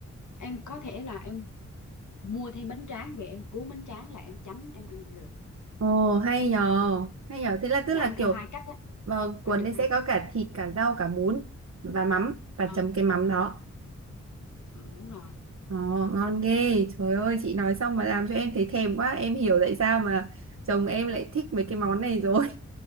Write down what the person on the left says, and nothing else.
em có thể là em mua thêm bánh tráng về em cuốn bánh tráng là em chấm em ăn được
là
ăn theo
hai cách á
ăn được
hai
cách
ừ
ừ đúng rồi